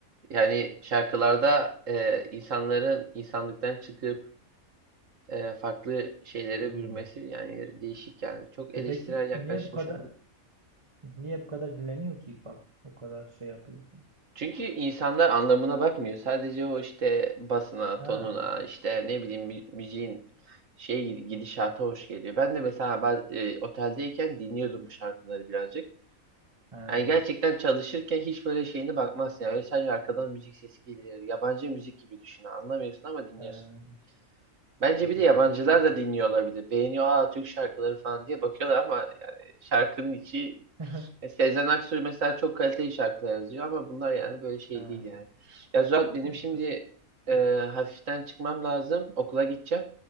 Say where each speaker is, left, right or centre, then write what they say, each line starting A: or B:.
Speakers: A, on the right; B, on the right.
A: yani şarkılarda e, insanların insanlıktan çıkıp e, farklı şeylere
B: Hmm.
A: bürümesi yani değişik yani çok eleştirel
B: E peki
A: yaklaşmış
B: niye bu kadar niye bu kadar dinleniyor ki İkbal? O kadar şey yapıyorsun.
A: Çünkü insanlar anlamına bakmıyor. Sadece o işte basına,
B: Ha,
A: tonuna, işte ne bileyim mü- müziğin şey gidişata hoş geliyor. Ben de mesela baz- e, oteldeyken dinliyordum bu şarkıları birazcık.
B: ha.
A: Yani gerçekten çalışırken hiç böyle şeyine bakmazsın. Yani öyle sadece arkadan müzik sesi geliyor. Yabancı müzik gibi düşün. Anlamıyorsun ama dinliyorsun.
B: Ee,
A: Bence
B: e,
A: bir
B: doğrudur
A: de yabancılar
B: efendim.
A: da dinliyor olabilir. Beğeniyor aa Türk şarkıları falan diye bakıyorlar ama yani şarkının içi
B: <laughs>
A: E, Sezen Aksu mesela çok kaliteli şarkılar yazıyor ama bunlar yani böyle şey
B: Ha,
A: değil yani. Ya Zuhat benim
B: efendim.
A: şimdi e, hafiften çıkmam lazım. Okula gideceğim.